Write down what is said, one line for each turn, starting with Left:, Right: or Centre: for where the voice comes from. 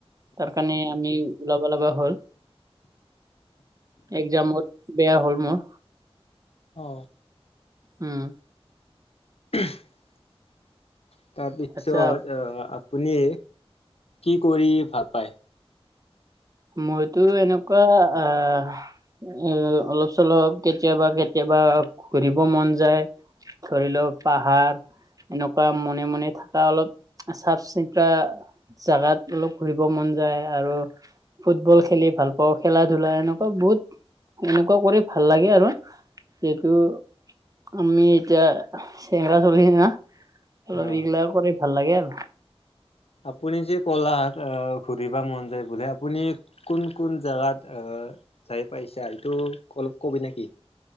Right: তাৰ কাৰণে আমি ওলবা লগা হ'ল। এক্সামত বেয়া হ'ল মোৰ।
Left: অ।
Right: উম।
Left: <unintelligible> তাৰপিছত
Right: আচ্ছা
Left: আহ আপুনি কি কৰি ভাল পায়?
Right: মইতো এনেকুৱা আহ এ অলপ চলপ কেতিয়াবা কেতিয়াবা ঘুৰিব মন যায়। ধৰি ল পাহাৰ এনেকুৱা মনে- মনে থাকা অলপ চাফ- চিকা জাগাত অলপ ঘুৰিব মন যায় আৰু ফুটবল খেলি ভাল পাওঁ খেলা-ধূলা এনেকুৱা বহুত এনেকুৱা কৰি ভাল লাগে আৰু যিহেতু আমি এতিয়া চেঙৰা চলি না অলপ
Left: অ',
Right: এইগিলা কৰি ভাল লাগে আৰু।
Left: আপুনি যে ক'লা আহ ঘুৰিবা মন যায় বোলে আপুনি কোন- কোন জেগাত চাই পাইছা এইটো অলপ কবি নেকি?